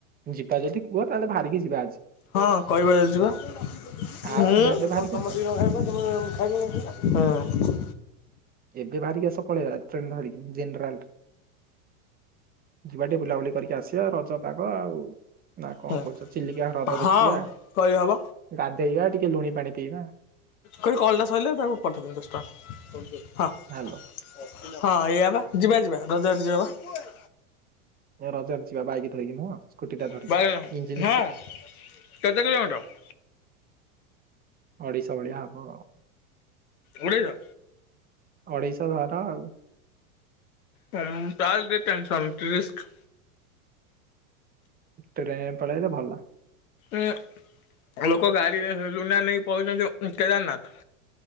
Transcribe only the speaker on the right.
ଯିବା ଯଦି କୁହ ତାହେଲେ ବାହାରିକି ଯିବା ଆଜି।
ଆସୁନା ଏବେ ବାହାରିକି ଆସ
ଏବେ ବାହାରିକି ଆସ ପଳେଇବା ଟ୍ରେନ ଧରିକି ଜେନେରାଲ ରେ। ଯିବା ଟିକେ ବୁଲାବୁଲି କରିକି ଆସିଆ। ରଜ ଶୁଖିଲା ପାଗ ଆଉ ନା କଣ
କହୁଛ ଚିଲିକା ହ୍ରଦ
ଦେଖିଆ।
ଗାଧେଇବା ଟିକେ ଲୁଣି ପାଣି ପିଇବା।
ହାଲୋ
ଏ ରଜରେ ଯିବା ବାଇକ ଧରିକି ନୁହଁ? ସ୍କୁଟି ଟା ଧରିକି
ଇଞ୍ଜିନ
ଓଡିଶା ଭଳିିଆ ହବ ଆଉ।
ଓଡିଶା ଘର ଆଉ।
ଟ୍ରେନରେ ପଳେଇଲେ ଭଲ।